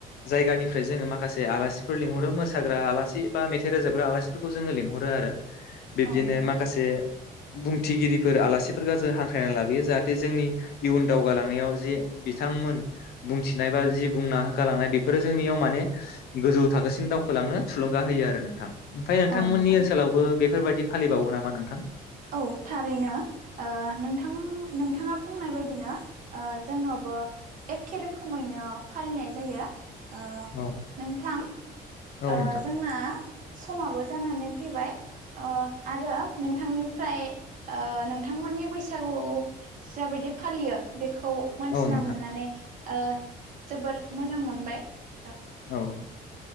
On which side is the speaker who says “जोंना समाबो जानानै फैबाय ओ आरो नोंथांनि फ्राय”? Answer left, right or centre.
Right